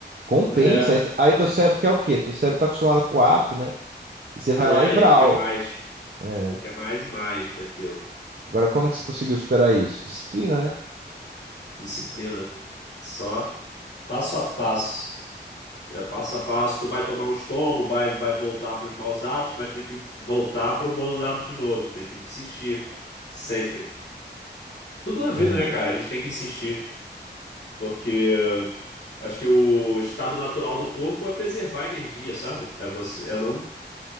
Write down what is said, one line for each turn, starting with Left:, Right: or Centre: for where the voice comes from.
Right: compensa.
Left: É,
Right: Aí, aí teu cérebro quer o quê? Teu cérebro tá acostumado com o hábito, né? E você vai
Left: é,
Right: lá e vral.
Left: ele quer mais.
Right: É.
Left: Ele quer mais e mais daquilo.
Right: Agora, como que você conseguiu superar isso? Disciplina, né?
Left: Disciplina. Só passo a passo. É passo a passo, tu vai tomar uns tombos, vai, vai voltar para os maus hábitos, mas tem que voltar para os bons hábitos de novo. Tem que insistir. Sempre. Tudo na vida,
Right: É.
Left: né, cara? A gente tem que insistir. Porque acho que o estado natural do corpo é preservar a energia, sabe? É você, é não